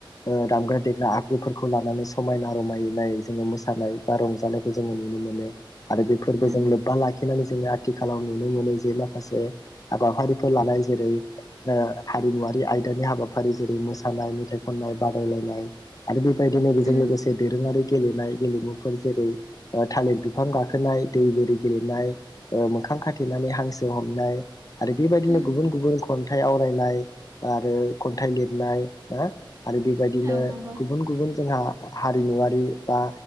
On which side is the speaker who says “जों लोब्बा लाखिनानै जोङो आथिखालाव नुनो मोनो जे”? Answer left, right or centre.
Left